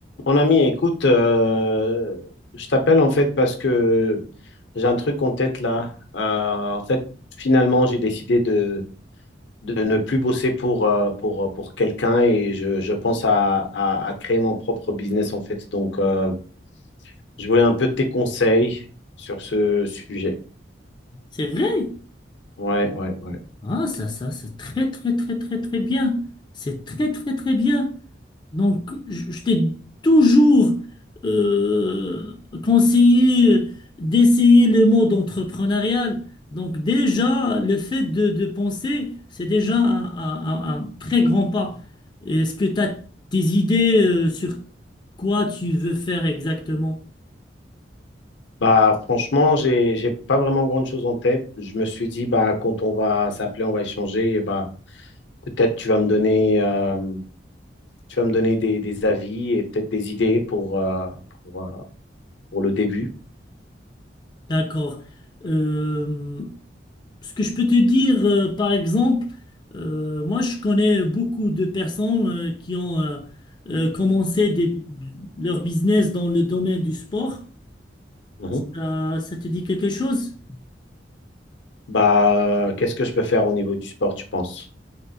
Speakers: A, on the left (about 75°); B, on the left (about 25°).
A: Mon ami, écoute, euh, je t'appelle en fait parce que j'ai un truc en tête là. Euh, en fait, finalement, j'ai décidé de, de ne plus bosser pour, euh, pour, pour quelqu'un et je, je pense à, à, à créer mon propre business en fait. Donc, euh, je voulais un peu tes conseils sur ce sujet.
B: C'est vrai?
A: Ouais, ouais, ouais.
B: Ah, ça, ça, c'est très, très, très, très, très bien. C'est très, très, très bien. Donc, je, je t'ai toujours euh, conseillé d'essayer le mode entrepreneurial. Donc, déjà, le fait de, de penser, c'est déjà un, un- un- un très grand pas. Est-ce que tu as tes idées euh, sur quoi tu veux faire exactement?
A: Bah, franchement, j'ai, j'ai pas vraiment grande chose en tête. Je me suis dit, bah, quand on va s'appeler, on va échanger et bah, peut-être tu vas me donner. euh, Tu vas me donner des, des avis et peut-être des idées pour, euh, pour, euh, pour le début.
B: D'accord. Euh, Ce que je peux te dire, euh, par exemple, euh, moi je connais beaucoup de personnes euh, qui ont euh, euh, commencé des- leur business dans le domaine du sport.
A: Mhm.
B: Ça, ça te dit quelque chose?
A: Bah, qu'est-ce que je peux faire au niveau du sport, tu penses?